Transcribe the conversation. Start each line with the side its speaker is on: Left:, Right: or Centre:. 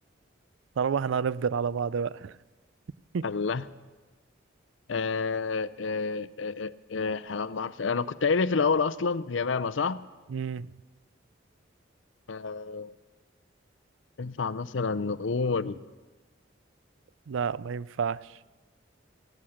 Right: طالما احنا هنفضل على بعض بقى <laughs>
Left: الله آه آه آه آه آه، حيوان بحرف انا كنت قايل إيه في الاول اصلا هي ماما صح
Right: امم
Left: آه ينفع مثلا نقول
Right: لا ما ينفعش